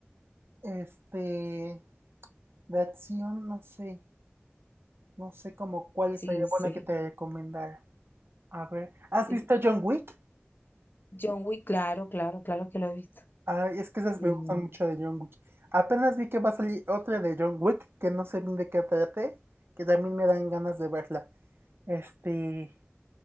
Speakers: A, on the right; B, on the left.
A: Este, de acción, no sé, no sé como cuál
B: Sí,
A: sería
B: sí.
A: buena que te recomendara. A ver, ¿has
B: sí.
A: visto John Wick?
B: John Wick, claro, claro, claro que lo he visto.
A: Ah, es que
B: Sí,
A: esas me gustan mucho de John Wick. Apenas vi que va a salir otra de John Wick, que no sé bien de qué trate, que también me dan ganas de verla. Este,